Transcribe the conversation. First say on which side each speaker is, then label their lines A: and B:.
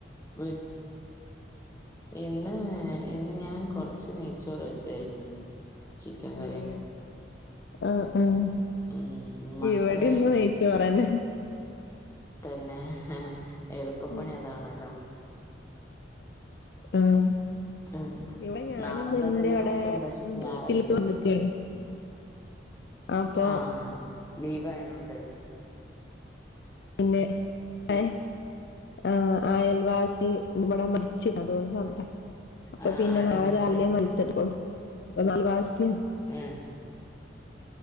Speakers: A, on the left; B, on the left.
A: വ് ഇന്ന് ഇന്ന് ഞാൻ കൊറച്ച് നെയ്ച്ചോറ് വെച്ചായിരുന്നു. ചിക്കൻ കറിയും
B: ഏഹ് ആഹ് ആഹ്
A: ഉം മക്കള്
B: ഇവിടെ ഇന്ന് നെയ് പറയ്ന്നെ
A: തന്നെ എളുപ്പപ്പണി
B: ഉം
A: അതാണല്ലോ.
B: ആഹ്
A: ഉം
B: ഇവിടെ ഞാനും
A: നാളെന്താ
B: നിന്റെ
A: കല്യാണറ്റെ
B: അവിടെ
A: ഉണ്ടോ ശ ഞായറാഴ്ച
B: വീട്ടിൽക്ക്
A: ആയിട്ട്
B: വന്നിക്കാണ് അപ്പൊ
A: ആഹാ ലീവായനൊണ്ട്.
B: പിന്നെ <inaudible> ആഹ് അയൽവാസി ഇവടെ മരിച്ച് അതുകൊണ്ട് വന്നെ അപ്പൊ
A: ആഹ്
B: പിന്നെ
A: ആരാ
B: നാളെ
A: മരിച്ചേ
B: രാവിലെ മയ്യത്തെടുക്കോള്ളു <inaudible>
A: ഏഹ്